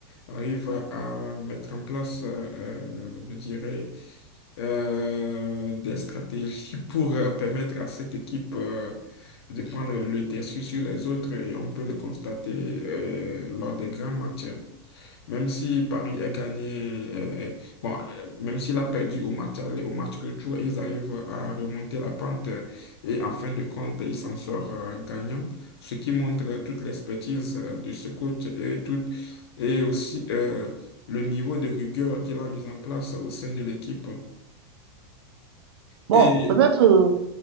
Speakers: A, on the left; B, on the right.
A: arrive à mettre en place, euh, euh, je dirais, euh, des stratégies <laughs> pour euh, permettre à cette équipe euh, de prendre le dessus sur les autres et on peut le constater euh, lors des grands matchs. Même si Paris a gagné, euh, bon, euh, même s'il a perdu au match aller, au match retour, ils arrivent à remonter la pente euh, et en fin de compte, ils s'en sortent euh, gagnants, ce qui montre euh, toute l'expertise euh, de ce coach et, tout, et aussi euh, le niveau de rigueur qu'il a mis en place au sein de l'équipe.
B: Bon,
A: Et
B: peut-être, euh,